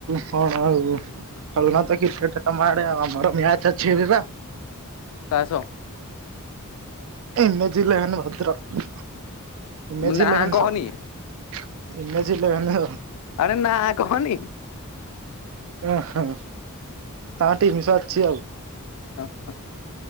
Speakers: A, on the right; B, on the left.
A: କଣ ଆଉ ଖେଳୁନା ତ କ୍ରିକେଟ ତମ ଆଡେ ଆ ଆମର ମ୍ୟାଚ ଅଛି ଏବେ ପା।
B: କାହା ସ
A: ଏନର୍ଜି ଲେଭେନ୍ ଭଦ୍ରକ, ଏନର୍ଜି
B: ନା
A: ଲେଭେନ
B: କହନି
A: କଣ? Image eleven.
B: ଆରେ ନା କହନି।
A: ଓ ହ ତାଙ୍କ ଟିମ୍ ସହ ଅଛି ଆଉ।
B: ଅ ହ।